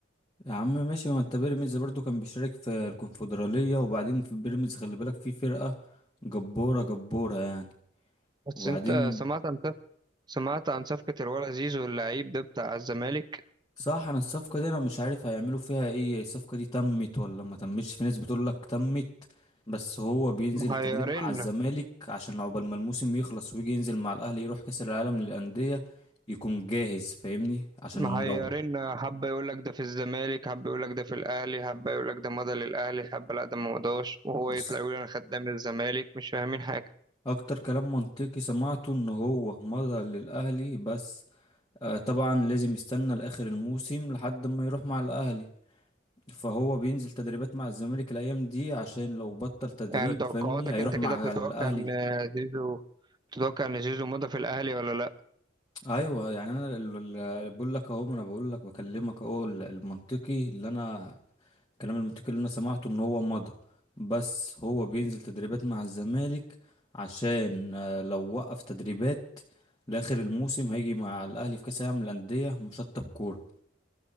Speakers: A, on the left; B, on the right.
A: يا عم ماشي ما انت بيراميدز برضو كان بيشارك في الكونفدراليه وبعدين في بيراميدز خلي بالك في فرقه جباره جباره يعني
B: بس
A: وبعدين
B: انت سمعت عن صف- سمعت عن صفقة الولا زيزو اللعيب ده بتاع الزمالك
A: صح انا الصفقة دي انا مش عارف هيعملوا فيها ايه الصفقة دي تمت ولا ما تمتش في ناس بتقول لك تمت بس هو بينزل
B: محيرين
A: التدريب مع الزمالك عشان عقبال ما الموسم يخلص ويجي ينزل مع الاهلي يروح كاس العالم للأندية يكون جاهز فاهمني عشان
B: محيرين
A: لو
B: حبة يقول لك ده في الزمالك حبة يقول لك ده في الأهلي حبة يقول لك ده مضى للأهلي حبة لا ده ما مضاش وهو
A: بص
B: يطلع يقول أنا خدام الزمالك مش فاهمين حاجة
A: اكتر كلام منطقي سمعته ان هو مضى للاهلي بس آه طبعا لازم يستنى لاخر الموسم لحد ما يروح مع الاهلي فهو بينزل تدريبات مع الزمالك الايام دي عشان لو بطل تدريب
B: يعني توقعاتك
A: فاهمني هيروح
B: أنت
A: مع
B: كده بتتوقع
A: الاهلي
B: إن زيزو تتوقع إن زيزو مضى في الأهلي ولا لأ؟
A: ايوه يعني انا ال- ال- ال- بقول لك اهو ما انا بقول لك بكلمك اهو ال- المنطقي اللي انا الكلام المنطقي اللي انا سمعته ان هو مضى بس هو بينزل تدريبات مع الزمالك عشان آه، لو وقف تدريبات لاخر الموسم هيجي مع الاهلي في كاس العالم للانديه مشطب كوره